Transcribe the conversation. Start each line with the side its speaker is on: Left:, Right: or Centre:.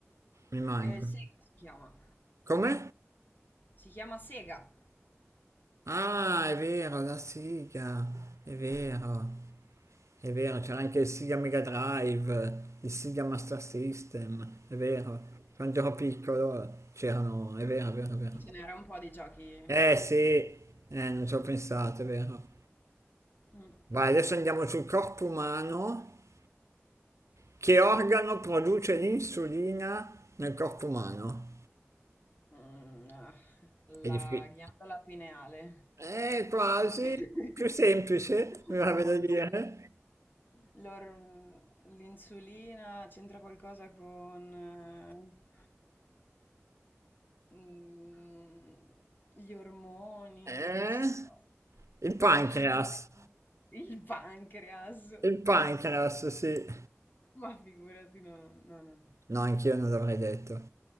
Right: Mi manca.
Left: Eh, Sega si chiama.
Right: Come?
Left: Si chiama Sega.
Right: Ah, è vero, la sigla. È vero. È vero, c'era anche il Sega Mega Drive, il Sega Master System, è vero. Quando ero piccolo c'erano, è vero, è vero, è vero.
Left: Sì, ce n'era un po' di giochi.
Right: Eh sì, eh, non ci ho pensato, è vero.
Left: Mm,
Right: Vai, adesso andiamo sul corpo umano. Che organo produce l'insulina nel corpo umano?
Left: mm, ah,
Right: È
Left: la
Right: difficile.
Left: ghiandola pineale.
Right: Eh, quasi.
Left: <laughs>
Right: Più semplice, mi va
Left: Non
Right: da
Left: lo
Right: dire.
Left: so. eh, l'or- mm, L'insulina c'entra qualcosa con eh, mm, gli ormoni,
Right: Eh,
Left: non so.
Right: il pancreas.
Left: Eh, non mi ricordo. Il pancreas.
Right: Il pancreas, sì.
Left: Ma figurati, no, no, no.
Right: No, anch'io non l'avrei detto.